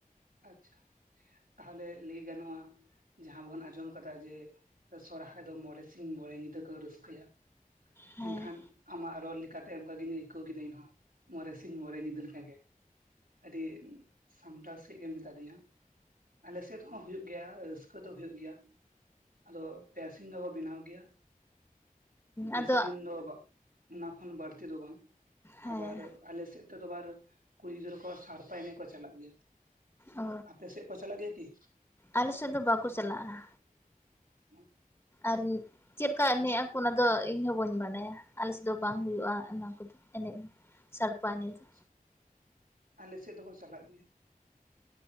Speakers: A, on the right; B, on the left.
A: ᱟᱪᱪᱷᱟ ᱛᱟᱦᱚᱞᱮ ᱞᱟᱹᱭ ᱜᱟᱱᱚᱜᱼᱟ, ᱡᱟᱦᱟᱸ ᱵᱚᱱ ᱟᱸᱡᱚᱢ ᱠᱟᱫᱟ ᱡᱮ ᱥᱚᱨᱦᱟᱭ ᱫᱚ ᱢᱚᱬᱮ ᱥᱤᱧ ᱢᱚᱬᱮ ᱧᱤᱫᱟᱹ ᱠᱚ ᱨᱟᱹᱥᱠᱟᱹᱭᱟ,
B: ᱦᱮᱸ
A: ᱮᱱ ᱠᱷᱟᱱ- ᱟᱢᱟᱜ ᱨᱚᱲ ᱞᱮᱠᱟ ᱛᱮ ᱚᱱᱠᱟᱜᱤᱧ ᱟᱹᱭᱠᱟᱹᱣ ᱠᱮᱫᱟ ᱤᱧᱦᱚᱸ ᱢᱚᱬᱮ ᱥᱤᱧ ᱢᱚᱬᱮ ᱧᱤᱫᱟᱹ ᱞᱮ ᱞᱮᱠᱟ ᱜᱮ, ᱟᱹᱰᱤ ᱥᱟᱢᱴᱟᱣ ᱥ ᱪᱮᱫ ᱜᱮᱢ ᱢᱮᱛᱟ ᱫᱤᱧᱟ ᱟᱞᱮ ᱥᱮᱫ ᱦᱚᱸ ᱦᱩᱭᱩᱜ ᱜᱮᱭᱟ ᱨᱟᱹᱥᱠᱟᱹ ᱫᱚ ᱦᱳᱭᱳᱜ ᱜᱮᱭᱟ, ᱟᱫᱚ ᱴᱮᱥᱤᱝ ᱫᱚᱠᱚ ᱵᱮᱱᱟᱣ ᱜᱮᱭᱟ, ᱵᱮᱥᱤ
B: ᱟᱫᱚ
A: ᱫᱤᱱ ᱫᱚ ᱵᱟᱜ ᱚᱱᱟ ᱠᱷᱚᱱ ᱵᱟᱹᱲᱛᱤ ᱫᱚ ᱵᱟᱝ
B: ᱦᱮᱸ
A: ᱟᱵᱟᱨ- ᱟᱞᱮ ᱥᱮᱫ ᱛᱮᱫᱚ ᱟᱨ ᱠᱩᱲᱤ ᱜᱤᱫᱽᱨᱟᱹ ᱠᱚ ᱥᱟᱲᱯᱟ ᱮᱱᱮᱡ ᱠᱚ ᱪᱟᱞᱟᱜ ᱜᱮᱭᱟ,
B: ᱚ
A: ᱟᱯᱮ ᱥᱮᱫ ᱠᱚ ᱪᱟᱞᱟᱜ ᱜᱮᱭᱟ ᱠᱤ?
B: ᱟᱞᱮ ᱥᱮᱫ ᱫᱚ ᱵᱟᱠᱚ ᱪᱟᱞᱟᱜᱼᱟ,
A: ᱩᱸ
B: ᱟᱨ ᱪᱮᱫ ᱠᱟ ᱮᱱᱮᱡ ᱟᱠᱚ ᱚᱱᱟ ᱫᱚ ᱤᱧ ᱦᱚᱸ ᱵᱟᱹᱧ ᱵᱟᱰᱟᱭᱟ ᱟᱞᱮ ᱥᱮᱫ ᱫᱚ ᱵᱟᱝ ᱦᱩᱭᱩᱜᱼᱟ ᱚᱱᱟ ᱠᱚᱫᱚ, ᱮᱱᱮᱡ ᱥᱟᱲᱯᱟ ᱮᱱᱮᱡ ᱫᱚ
A: ᱟᱪᱷᱟ ᱟᱞᱮ ᱥᱮᱫ ᱫᱚᱠᱚ ᱪᱟᱞᱟᱜ ᱜᱮᱭᱟ,